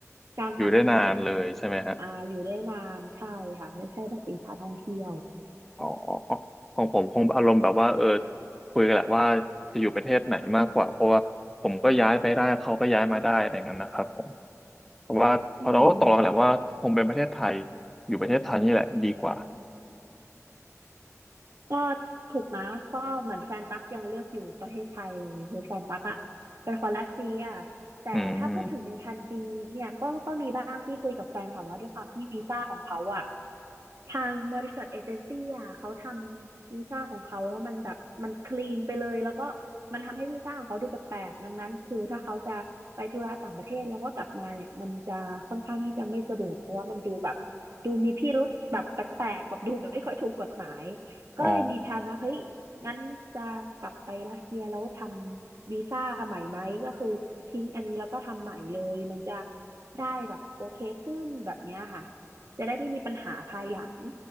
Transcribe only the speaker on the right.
การทำบิสเนส
อ่าอยู่ได้นานใช่ค่ะไม่ใช่แบบวีซ่าท่องเที่ยว
อืม
ก็ถูกนะก็เหมือนแฟนตั๊กยังเลือกอยู่ประเทศไทยเลยคือแฟนตั๊กอะเป็นคนรัสเซียแต่ถ้าพูดถึงในพันปีเนี่ยก็ก็มีบ้างที่คุยกับแฟนค่ะว่าด้วยความที่วีซ่าของเขาอะ
ทางบริษัทเอเจนซี่อ่ะเขาทำวีซ่าของเขาแล้วมันแบบมันคลีนไปเลยแล้วก็มันทำให้วีซ่าของเขาดูแปลกๆดังนั้นคือถ้าเขาจะไปธุระต่างประเทศแล้วก็กลับมาเนี่ยมันจะค่อนข้างที่จะไม่สะดวกเพราะว่ามันดูแบบดูมีพิรุธแบบแปลกๆแบบดูไม่ค่อยถูกกฎหมายก็เลยมีแผนว่าเฮ้ย
งั้นจะกลับไปรัสเซียแล้วทำวีซ่าใหม่ไหมก็คือทิ้งอันนี้แล้วก็ทำใหม่เลยมันจะได้แบบโอเคขึ้นแบบเนี้ยค่ะ จะได้ไม่มีปัญหาภายหลัง